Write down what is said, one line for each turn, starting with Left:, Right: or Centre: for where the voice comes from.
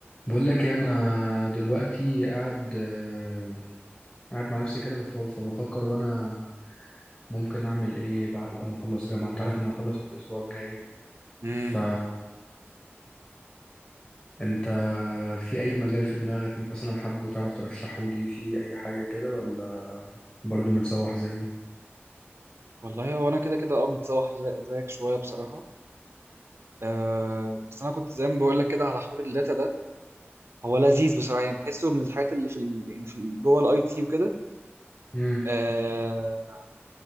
Left: بقول لك ايه انا دلوقتي قاعد آه، قاعد مع نفسي كده بف- فبفكر وانا ممكن اعمل ايه بعد بقى ما اخلص جامعة انت عارف ان انا هخلص الاسبوع الجاي ف
Right: امم
Left: انت في اي مجال في دماغك مثلا حابه تعرف ترشحه لي في اي حاجة كده ولا برضو متسوح زيي
Right: والله هو انا كده كده اه متسوح زي- زيك شويه بصراحه أه بس انا كنت زي ما بقول لك كده على حوار الداتا ده هو لذيذ بصراحه يعني بحسه من الحاجات اللي في ال... يعني في ال- جوه الاي تي وكده
Left: امم
Right: أه